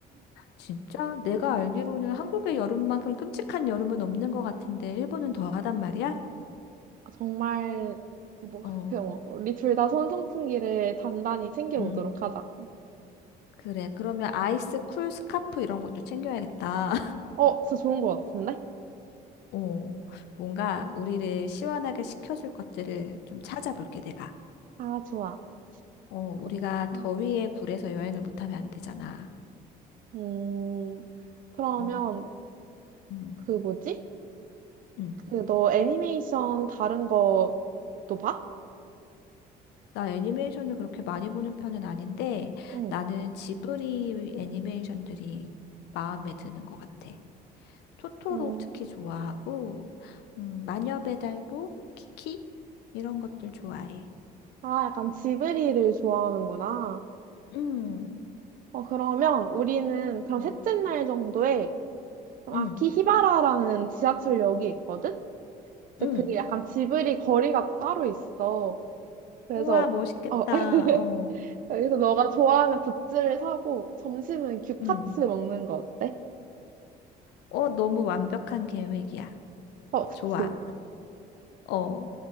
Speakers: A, on the left (about 85°); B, on the right (about 55°).
A: 진짜? 내가 알기로는 한국의 여름만큼 끔찍한 여름은 없는 것 같은데, 일본은 더하단 말이야?
B: 아, 정말 뭐
A: 어,
B: 그냥 뭐 우리 둘 다 손선풍기를 단단히 챙겨오도록
A: 응.
B: 하자.
A: 그래. 그러면 아이스 쿨 스카프 이런 것도 챙겨야겠다.
B: 어, 진짜 좋은 거 같은데?
A: 어, 뭔가 우리를 시원하게 식혀줄 것들을 좀 찾아볼게, 내가.
B: 아, 좋아.
A: 어,
B: 그-
A: 우리가 더위에
B: 어,
A: 굴해서 여행을 못하면 안 되잖아.
B: 음, 그러면
A: 어, 음,
B: 그 뭐지?
A: 음.
B: 그 너 애니메이션 다른 것도 봐?
A: 나 애니메이션을 그렇게 많이 보는 편은 아닌데
B: 응.
A: 나는 지브리 애니메이션들이 마음에 드는 것 같아. 토토로
B: 음.
A: 특히 좋아하고, 음, 마녀 배달보, 키키 이런 것들 좋아해.
B: 아, 약간 지브리를 좋아하는구나.
A: 음,
B: 어, 그러면 우리는 그럼
A: 음,
B: 셋째 날 정도에 그럼
A: 음,
B: 아키히바라라는 지하철역이 있거든? 이제
A: 음.
B: 그게 약간 지브리 거리가 따로 있어. 그래서,
A: 우와, 멋있겠다.
B: 어, <laughs>
A: 어,
B: 여기서 너가 좋아하는 굿즈를 사고 점심은 규카츠
A: 음.
B: 먹는 거 어때?
A: 어, 너무 완벽한 계획이야.
B: 어, 그치.
A: 좋아. 어,